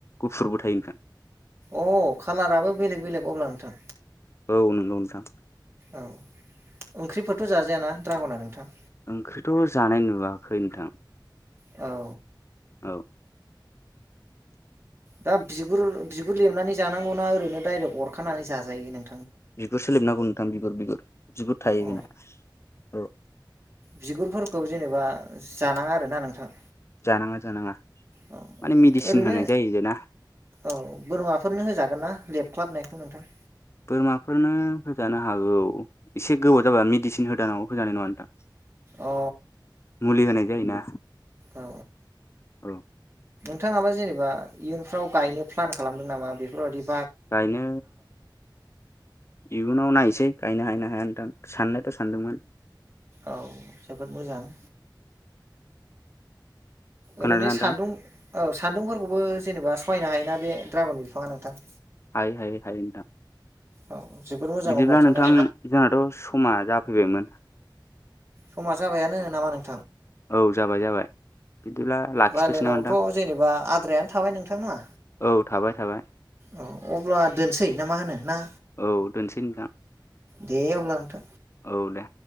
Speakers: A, on the left (about 35°); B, on the right (about 35°).
A: गुफुरबो थायो नोंथां
B: अ कालाराबो बेलेग बेलेग अब्ला नोंथां
A: औ नंगौ नोंथां
B: औ ओंख्रिफोरथ' जाजायाना ड्रागना नोंथां
A: ओंख्रिथ' जानाय नुवाखै नोंथां।
B: औ
A: औ
B: दा बिगुर बिगुर लेबनानै जानांगौना ओरैनो डाइरेक्ट अरखानानै जाजायो नों।
A: बिगुरसो लिबनांगौ नोंथां बिगुर बिगुर बिगुर थायो
B: अ
A: बेना र
B: बिगुरफोरखौ जेनेबा जानाङा आरोना नोंथां।
A: जानाङा जानाङा
B: औ
A: माने मेडिसिन
B: ओरैनो
A: होनाय जायो ना
B: औ बोरमाफोरनो होजागोन ना लेफ ख्लाबनायखौ नोंथां।
A: बोरमाफोरनो होजानो हागौ एसे गोबाव जाबा मेडिसिन होदानांगौ होजानाय नङा नोंथां।
B: अ
A: मुलि होनजा
B: औ
A: औ।
B: नोंथाङाबा जेनेबा इयुनफ्राव गायनो प्लान खालामदों नामा बेफोरबायाददि।
A: गायनो इयुनाव नायसै गायनो हायनो हाया होनथां साननायाथ' सानदोंमोन।
B: औ जोबोद मोजां।
A: खोनादोंना
B: ओरैनो
A: नोंथां
B: सान्दुं औ सान्दुंफोरखौबो जेनेबा सहायनो हायोना बे द्रागन बिफाङा नोंथां।
A: हायो हायो हायो नोंथां।
B: औ जोबोद मोजां
A: बिदिब्ला
B: अब्लाथ'
A: नोंथां
B: ना
A: जोंहाथ' समा जाफैबायमोन।
B: समा जाबायानो नामा नों।
A: औ जाबाय जाबाय। बिदिब्ला लाखिथ'सै
B: रायलायनांगौथ'
A: नामा नोंथां
B: जेनेबा आद्रायानो थाबाय नोंथांमोना।
A: औ थाबाय थाबाय।
B: औ अब्ला दोनसै ना मा होनो ना?
A: औ दोनसै नोंथां
B: दे अब्ला नोंथां
A: औ दे